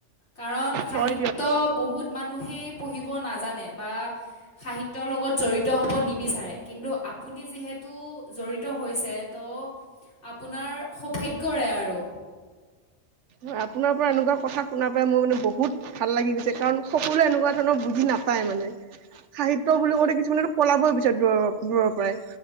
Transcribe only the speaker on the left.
কাৰণ সাহিত্য
বহুত মানুহে পঢ়িব নাজানে বা সাহিত্যৰ লগত জড়িত হ'ব নিবিচাৰে। কিন্তু আপুনি যিহেতু জড়িত হৈছে, ত' আপোনাৰ সৌভাগ্যৰে আৰু।
হয়